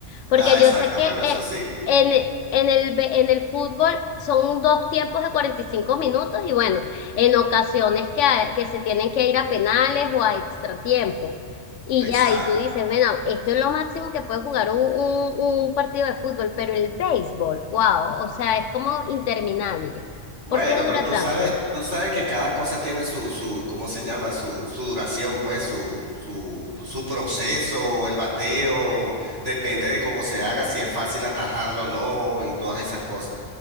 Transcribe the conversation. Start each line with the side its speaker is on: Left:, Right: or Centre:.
Left: porque
Right: Ah, exacto,
Left: yo sé que
Right: bueno,
Left: eh,
Right: eso sí,
Left: en, en el, be- en el fútbol son dos tiempos de 45 minutos y bueno, en ocasiones que, hay- que se tienen que ir a penales o a extra tiempo. Y
Right: exacto.
Left: ya, y tú dices, bueno, esto es lo máximo que puede jugar un, un, un partido de fútbol, pero el béisbol, wow, o sea, es como interminable.
Right: Bueno,
Left: ¿Por qué dura
Right: pero tú
Left: tanto?
Right: sabes, tú sabes que cada cosa tiene su, su, ¿cómo se llama? Su, su duración, pues, su, su, su proceso, el bateo, depende de cómo se haga, si es fácil atajarlo o no, y todas esas cosas.